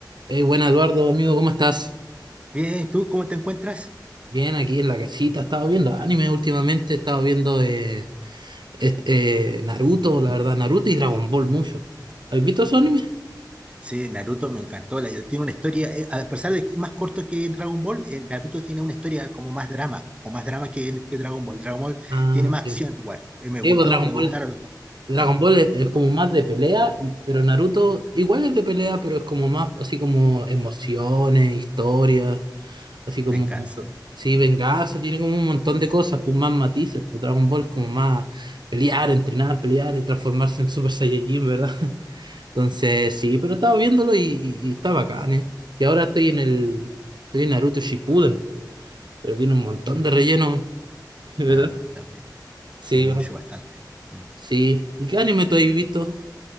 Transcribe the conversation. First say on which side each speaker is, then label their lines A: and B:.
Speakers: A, on the right; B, on the right.
A: Hey, buena Eduardo, amigo, ¿cómo estás?
B: Bien, ¿tú cómo te encuentras?
A: Bien, aquí en la casita. He estado viendo anime últimamente, he estado viendo eh, est- eh, Naruto, la verdad, Naruto y Dragon Ball mucho. ¿Has visto esos animes?
B: Sí, Naruto me encantó. la- tiene una historia, eh, a pesar de que es más corto que Dragon Ball, eh, Naruto tiene una historia como más drama, o más drama que, que Dragon Ball. Dragon Ball
A: Ah,
B: tiene más
A: sí.
B: acción igual. Eh, me gustó,
A: Sí, pues Dragon
B: me gustaron
A: Ball,
B: los dos.
A: Dragon
B: ¿Ah?
A: Ball es, es como más de pelea, y, pero Naruto igual es de pelea, pero es como más así como emociones, historias, así como,
B: Venganza.
A: sí,
B: Mm,
A: venganza, tiene como un montón de cosas, pues más matices. Pues Dragon Ball es como más pelear, entrenar, pelear, y transformarse en Super Saiyajin, ¿verdad? <laughs> Entonces, sí, pero estaba viéndolo y, y- y está bacán, ¿eh? Y ahora estoy en el, estoy en Naruto Shippuden, pero tiene un montón de relleno, <laughs> ¿verdad?
B: Ah, también.
A: Sí,
B: Sí, mucho,
A: bro.
B: bastante. Mm.
A: Sí. ¿Y qué anime tú has visto?